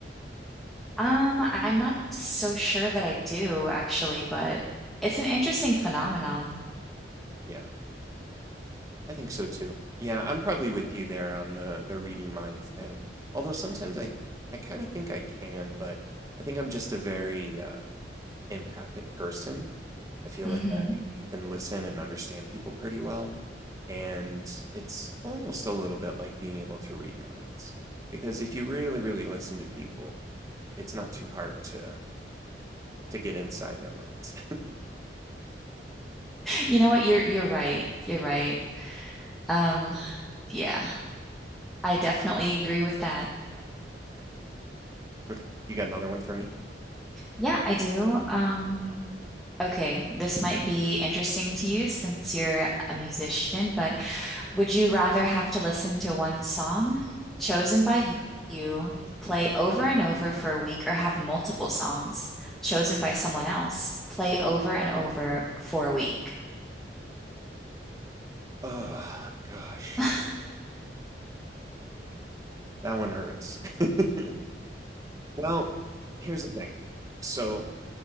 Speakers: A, in the centre; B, on the right.
A: Um, I'm not so sure that I do actually, but it's an interesting phenomenon.
B: yeah, yeah. I think so too. Yeah, I'm probably with you there on the the reading minds thing. Although sometimes I I kind of think I can, but I think I'm just a very uh, empathic person. I feel
A: hmm
B: like I can listen and understand people pretty well, and it's almost a little bit like being able to read minds. Because if you really, really listen to people, it's not too hard to to get inside their minds.
A: You know what? You're you're right. You're right. Um, yeah, I definitely agree with that.
B: <laughs> yeah. Okay. You got another one for me?
A: Yeah, I do. Um, okay, this might be interesting to you since you're a musician, but would you rather have to listen to one song chosen by y- you play over and over for a week or have multiple songs chosen by someone else play over and over for a week?
B: Oh gosh.
A: <laughs>
B: That one hurts. <laughs> Well, here's the thing. So,